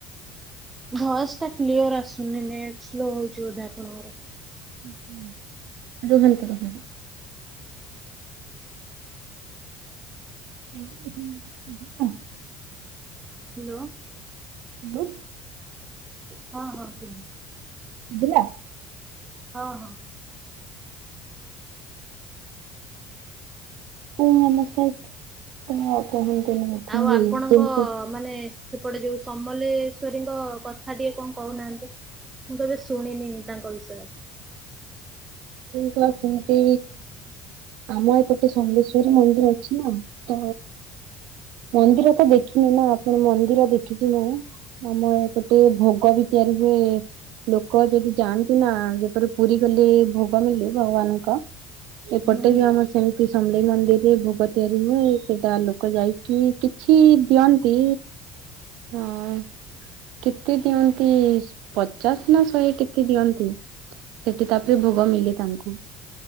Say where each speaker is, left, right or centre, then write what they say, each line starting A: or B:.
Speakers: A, on the right (about 25°); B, on the right (about 75°).
A: ଭଏସ ଟା କ୍ଲିୟର ଆସୁନି, ନେଟ ସ୍ଲୋ ହଉଛି ବୋଧେ ଆପଣଙ୍କର?
B: ହୁଁ ହୁଁ ରୁହନ୍ତୁ ରୁହନ୍ତୁ। <unintelligible>
A: ହ୍ୟାଲୋ।
B: ହାଲୋ।
A: ହଁ ହଁ ସେଇ।
B: ଶୁଭିଲା
A: ହଁ ହଁ।
B: <unintelligible>
A: ଆଉ ଆପଣଙ୍କ ମାନେ ସେପଟେ ଯୋଉ ସମଲେଶ୍ଵରୀଙ୍କ କଥା ଟିକେ କଣ କହୁନାହାଁନ୍ତି? ମୁଁ କେବେ ଶୁ ଶୁଣିନି ତାଙ୍କ ବିଷୟରେ।
B: ନା ସେମତି ଆମ ଏପଟେ ସମଲେଶ୍ଵରୀ ମନ୍ଦିର ଅଛି ନା, ତ ମନ୍ଦିର ତ ଦେଖିନି ନା, ଆପଣ ମନ୍ଦିର ଦେଖିଛି ମୁଁ ଆମ ଏପଟେ ଭୋଗ ବି ତିଆରି ହୁଏ, ଲୋକ ଲୋକ ଯଦି ଯାଆନ୍ତି ନା, ଯେପରି ପୁରୀ ଗଲେ ଭୋଗ ମିିଲେ ଭଗବାନଙ୍କ ଏପଟେ
A: ହୁଁ
B: ବି ଆମର ସେମତି ସମଲେଇ ମନ୍ଦିରରେ ଭୋଗ ତିଆରି ହୁଏ। ସେଇଟା ଲୋକ ଯାଇକି କିଛି ଦିଅନ୍ତି ହଁ। କେତେ ଦିଅନ୍ତି? ପଚାଶ ନା ଶହେ କେତେ ଦିଅନ୍ତି? ସେଠି ତାପରେ ଭୋଗ ମିଲେ ତାଙ୍କୁ।